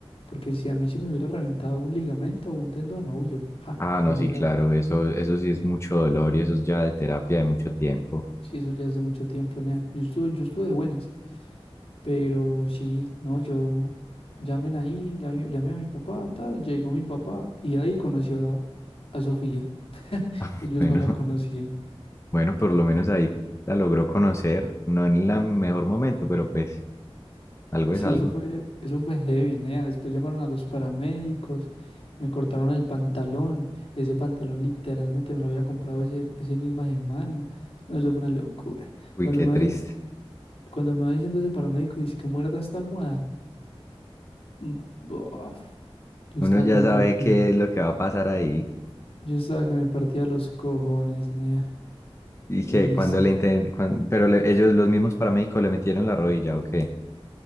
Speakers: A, on the left; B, on the left.
A: Porque si a mí se me hubiera reventado un ligamento o un tendón, no, yo, ja,
B: Ah,
A: yo
B: no,
A: hubiera,
B: sí, claro, eso, eso sí es mucho dolor y eso es ya de terapia de mucho tiempo.
A: sí, eso ya es de mucho tiempo, nea. Yo estuve, yo estuve de buenas, pero sí, no, yo, llamen ahí, llamé, llamé a mi papá, tal, llegó mi papá y ahí conoció a, a Sofía,
B: <laughs>
A: ellos
B: Bueno,
A: no la conocían.
B: bueno, por lo menos ahí la logró conocer, no en el mejor momento, pero pues algo
A: Sí,
B: es algo.
A: eso fue, eso fue heavy, nea. Después llamaron a los paramédicos, me cortaron el pantalón, ese pantalón literalmente me lo había comprado ese, ese misma semana. No, eso fue una locura.
B: Uy,
A: Cuando
B: qué
A: me,
B: triste.
A: vaya- Cuando me va diciendo ese paramédico, dice que muerda esta almohada. Mm, bof. Yo estaba
B: Uno ya
A: que me
B: sabe
A: partía.
B: qué es lo que va a pasar ahí
A: Yo estaba que me partía los cojones, nea.
B: y
A: Y
B: que
A: listo.
B: cuando le inten- cuan- pero le- ellos, los mismos paramédicos, le metieron la rodilla, ¿o qué?